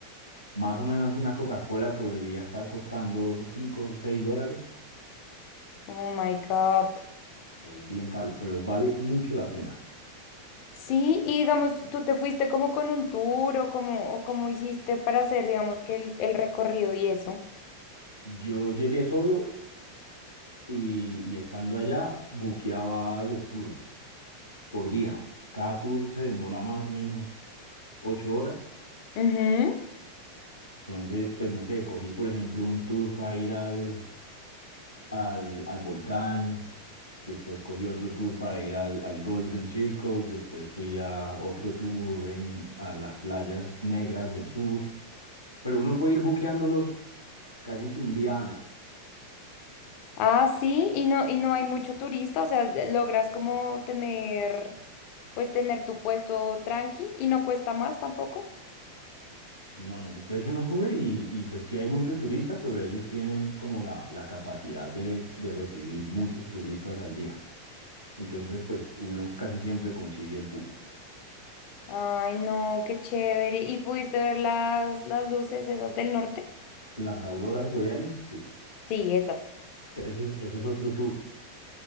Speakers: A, on the left; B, on the left.
A: más o menos una Coca-Cola podría estar costando cinco, o 6 dólares
B: Oh my God.
A: Es bien caro, pero vale mucho la pena.
B: Sí, y digamos, tú te fuiste como con un tour o como, o cómo hiciste para hacer, digamos, que el, el recorrido y eso.
A: Yo llegué solo y, y estando allá buqueaba los tours por día. Cada tour se demora más o menos ocho horas.
B: Ujú.
A: Entonces, pues no sé, cogí por ejemplo un tour para ir al, al, al volcán, después cogí otro tour para ir al, al Golden Circle, después fui a otro tour en, a las playas negras del sur. Pero uno puede ir buqueándolos casi que un día antes.
B: Ah, sí, y no, y no hay mucho turista, o sea, de- logras como tener, pues tener tu puesto tranqui y no cuesta más tampoco.
A: No, no, el precio no sube y, y pues sí hay mucho turista, pero ellos tienen como la, la capacidad de, de recibir muchos turistas al día. Entonces, pues uno casi siempre consigue el cupo.
B: Ay, no, qué chévere. ¿Y pudiste ver las, las luces esas del norte?
A: Las auroras boreales, sí,
B: Sí, esas.
A: eso, es- eso es otro tour.